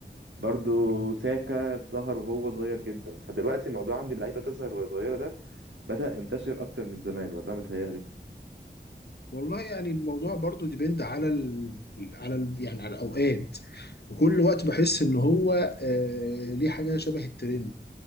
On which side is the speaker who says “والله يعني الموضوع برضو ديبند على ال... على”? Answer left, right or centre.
Left